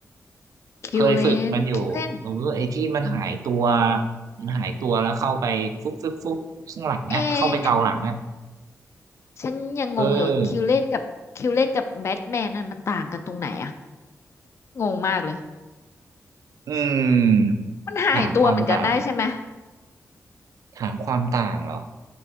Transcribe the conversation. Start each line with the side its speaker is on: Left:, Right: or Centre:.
Left: คิวเลนคิวเลน
Right: เคยฝึกมันอยู่หรือไอ้ที่มันหายตัว
Left: อืม
Right: มันหายตัวแล้วเข้าไปฟุบฟุบฟุบข้างหลังเนี้ยเข้าไปเกาหลังเนี้ย
Left: เอ ฉันยังงงอยู่คิวเล่นกับคิวเล่นกับแบทแมนนั่นมันต่างกันตรงไหนอะ
Right: เออ
Left: งงมากเลย
Right: อืม
Left: มันหายตัวเหมือนกันได้ใช่ไหม
Right: ถามความต่างถามความต่างเหรอ